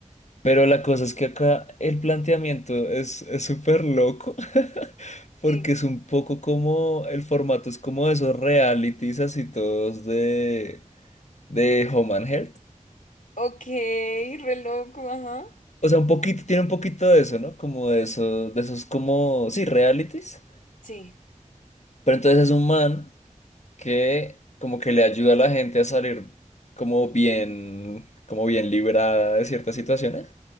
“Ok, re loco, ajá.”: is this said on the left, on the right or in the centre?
Left